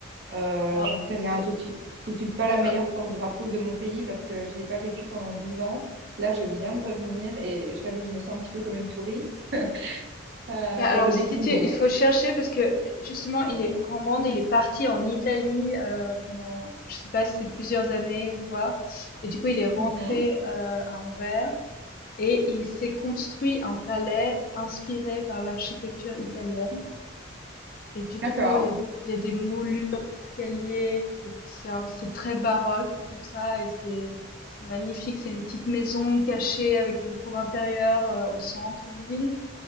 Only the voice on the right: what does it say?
Euh,
j'en sais
rien. Je suis, je suis pas
la
meilleure porte-drapeau de mon pays parce que j'y ai pas vécu pendant dix ans. Là, je viens de revenir et je t'avoue que je me sens un petit peu comme une touriste. <laughs> Euh,
je redécouvre.
Mhm,
D'accord.